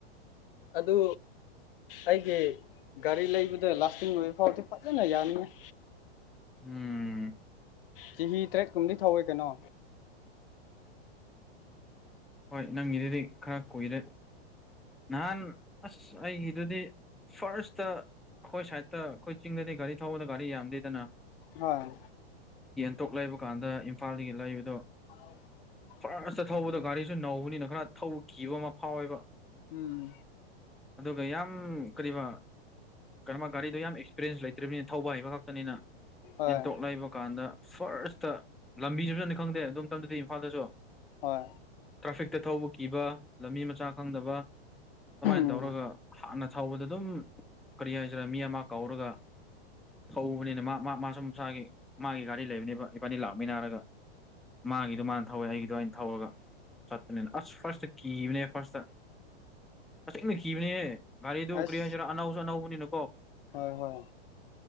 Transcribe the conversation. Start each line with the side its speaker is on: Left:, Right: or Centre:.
Left: ꯑꯗꯨ ꯑꯩꯒꯤ ꯒꯥꯔꯤ ꯂꯩꯕꯗ ꯂꯥꯁꯇꯤꯡ ꯑꯣꯏꯕ ꯐꯥꯎꯗꯤ ꯐꯖꯅ ꯌꯥꯅꯤꯉꫭ
Centre: ꯎꯝ
Left: ꯆꯍꯤ ꯇꯔꯦꯠꯀꯨꯝꯕꯗꯤ ꯊꯧꯋꯦ ꯀꯩꯅꯣ
Centre: ꯍꯣꯏ ꯅꯪꯒꯤꯗꯨꯗꯤ ꯈꯔ ꯀꯨꯏꯔꯦ ꯅꯍꯥꯟ ꯑꯁ ꯑꯩꯒꯤꯗꯨꯗꯤ ꯐꯥꯔꯁꯇ ꯑꯩꯈꯣꯏ ꯁꯥꯏꯠꯇ ꯑꯩꯈꯣꯏ ꯆꯤꯡꯗꯗꯤ ꯒꯥꯔꯤ ꯊꯧꯕꯗ ꯒꯥꯔꯤ ꯌꯥꯝꯗꯦꯗꯅ
Left: ꯍꯣꯏ
Centre: ꯇꯣꯛ ꯂꯩꯕ ꯀꯥꯟꯗ ꯏꯝꯐꯥꯜꯗꯒꯤ ꯂꯩꯕꯗꯣ
Left: ꯑꯥꯎ <unintelligible>
Centre: ꯐꯁꯇ ꯊꯧꯕꯗꯣ ꯒꯥꯔꯤꯁꯨ ꯅꯧꯕꯅꯤꯅ ꯈꯔ ꯊꯧꯕ ꯀꯤꯕ ꯑꯃ ꯐꯥꯎꯋꯦꯕ
Left: ꯎꯝ
Centre: ꯑꯗꯨꯒ ꯌꯥꯝ ꯀꯔꯤꯕ ꯀꯩꯅꯣꯃ ꯒꯥꯔꯤꯗꯣ ꯌꯥꯝ ꯑꯦꯛꯁꯄꯤꯔꯦꯟꯁ ꯂꯩꯇ꯭ꯔꯤꯕꯅꯤꯅ ꯊꯧꯕ ꯍꯩꯏꯕ ꯈꯛꯇꯅꯤꯅ
Left: ꯍꯣꯏ
Centre: ꯑꯦꯟꯇꯣꯛ ꯂꯩꯕ ꯀꯥꯟꯗ ꯐꯥꯔꯁꯇ ꯂꯝꯕꯤꯗꯨꯅꯅ ꯈꯪꯗꯦ ꯑꯗꯨꯝ ꯗꯤ ꯏꯝꯐꯥꯜꯗꯁꯨ <unintelligible>
Left: ꯍꯣꯏ
Centre: ꯇ꯭ꯔꯥꯐꯤꯛꯇ ꯊꯧꯕ ꯀꯤꯕ ꯂꯝꯕꯤ ꯃꯆꯥ ꯈꯪꯗꯕ ꯑꯗꯨꯃꯥꯏꯅ
Left: ꯎꯝ
Centre: ꯇꯧꯔꯒ ꯍꯥꯟꯅ ꯊꯧꯕꯗ ꯑꯗꯨꯝ ꯀꯔꯤ ꯍꯥꯏꯁꯤꯔ ꯃꯤ ꯑꯃ ꯀꯥꯎꯔꯒ ꯊꯧꯕꯅꯤꯅ ꯃꯥ ꯃꯥ ꯃꯥꯁꯨ ꯃꯁꯥꯒꯤ ꯃꯥꯒꯤ ꯒꯥꯔꯤ ꯂꯩꯕꯅꯦꯕ ꯏꯕꯥꯅꯤ ꯂꯥꯛꯃꯤꯟꯅꯔꯒꯥ ꯃꯥꯒꯤꯗꯣ ꯃꯥꯅ ꯊꯧꯋꯦ ꯑꯩꯒꯤꯗꯣ ꯑꯩꯅ ꯊꯧꯔꯒ ꯆꯠꯄꯅꯤ ꯑꯁ ꯐꯥꯇ ꯀꯤꯕꯅꯦ ꯐꯥꯇ ꯇꯁ‌ꯦꯡꯅ ꯀꯤꯕꯅꯦꯍ‌ꯦ ꯒꯥꯔꯤꯗꯨ
Left: ꯑꯁ
Centre: ꯀꯔꯤꯍꯥꯏꯁꯤꯔꯥ ꯑꯅꯧꯁꯨ ꯑꯅꯧꯕꯅꯤꯅꯀꯣ
Left: ꯍꯣꯏ ꯍꯣꯏ